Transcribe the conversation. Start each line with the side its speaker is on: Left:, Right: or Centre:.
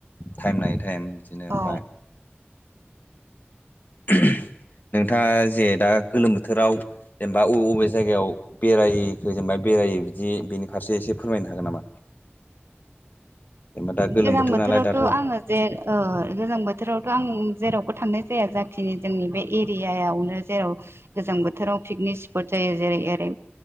Left: टाइम नायै टाइम बिदिनो
Right: औ
Left: ओमफाय। <unintelligible> नोंथाङा जे दा गोलोम बोथोराव जेनेबा अबे अबे जायगायाव बेराय हैगोन बायदि। बेरायो बिदि बेनि फारसे एसे फोरमायनो हागोन नामा? जेनेबा दा गोलोम
Right: गोजां
Left: बोथोर
Right: बोथोरावथ'
Left: नालाय दाथ'
Right: आङो जे ओ गोजां बोथोरावथ' आं जेरावबो थांनाय जाया। जाथिनि जोंनि बे एरियायावनो जेराव गोजां बोथोराव पिकनिक स्पट जायो। जेरै ओरै